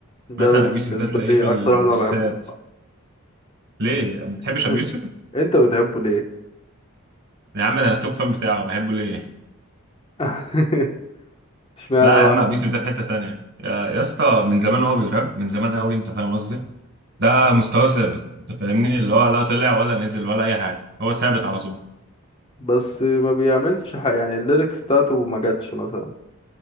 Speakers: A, on the left; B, on the right.
A: ده
B: مثلا
A: بالنسبة
B: أبي يوسف ده تلاقيه
A: لي
B: في الدسات
A: أكتر واحد ما بحبوش بقى
B: ليه ما بتحبش
A: <laughs>
B: ابو يوسف
A: أنت بتحبه ليه؟
B: يا عم ده انا توب فان بتاعه بحبه ليه
A: <laughs> اشمعنى
B: لا يا
A: بقى؟
B: عم ابو يوسف ده في حته ثانيه يا يا اسطى من زمان هو بيراب من زمان قوي انت فاهم قصدي ده مستواه ثابت انت فاهمني اللي هو لا طلع ولا نزل ولا اي حاجه هو ثابت على طول
A: بس ما بيعملش حاجة يعني الليركس بتاعته ما جاتش مثلا